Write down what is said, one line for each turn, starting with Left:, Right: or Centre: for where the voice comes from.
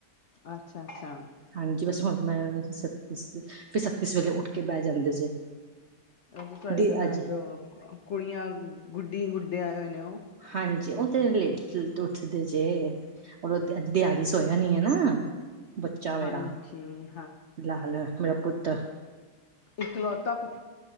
Left: ਅੱਛਾ-ਅੱਛਾ।
Right: ਹਾਂਜੀ ਬਸ ਹੁਣ ਮੈਂ ਫਿਰ ਛੱਤੀਸ ਸਵੇਰੇ ਉੱਠ ਕੇ ਬਹਿ ਜਾਂਦੇ ਜੇ।
Left: ਤੁਹਾਡੇ
Right: ਦੀ
Left: ਜਗ੍ਹਾ
Right: ਅੱਜ
Left: ਘਰ ਚ ਕੁੜੀਆਂ ਗੁੱਡੀ ਗੁੱਡੇ ਆਏ ਹੋਏ ਨੇ ਉਹ,
Right: ਹਾਂਜੀ ਉਹ ਤੇਰੇ ਲਈ, ਉੱਠਦੇ ਜੇ ਰ ਦਿਹਾੜੀ ਸੋਇਆ ਨੀ ਹੈ ਨਾ। ਬੱਚਾ ਮੇਰਾ,
Left: ਹਾਂਜੀ
Right: ਲਾਲ ਮੇਰਾ ਪੁੱਤ।
Left: ਇੱਕਲੋਤਾ ਪੁ